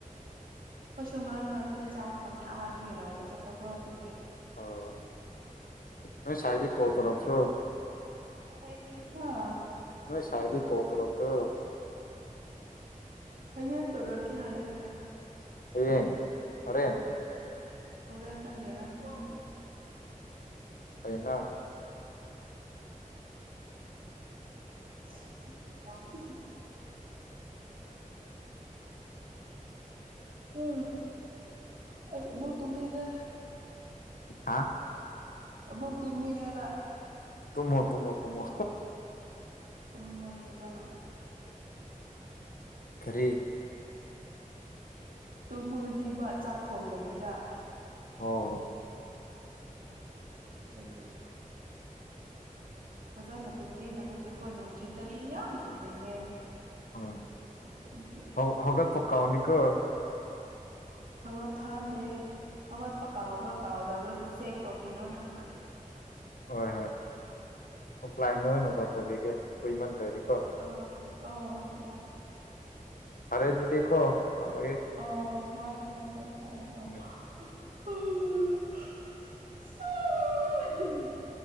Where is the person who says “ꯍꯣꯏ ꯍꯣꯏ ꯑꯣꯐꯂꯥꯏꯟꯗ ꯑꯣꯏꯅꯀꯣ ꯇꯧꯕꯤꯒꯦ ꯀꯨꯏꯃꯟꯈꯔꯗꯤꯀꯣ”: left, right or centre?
Left